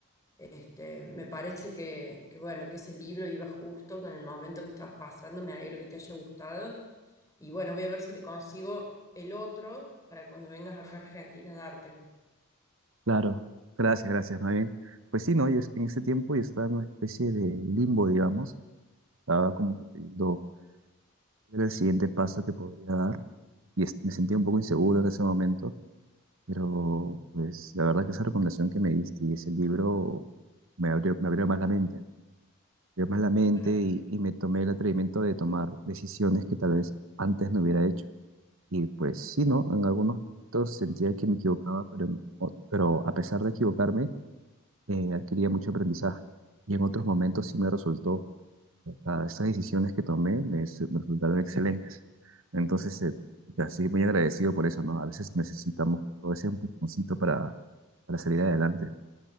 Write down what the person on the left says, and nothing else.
Este, me parece que, que, bueno, que ese libro iba justo con el momento que estabas pasando, me alegro que te haya gustado. Y bueno, voy a ver si te consigo el otro para cuando vengas acá a Argentina dártelo.
Bueno.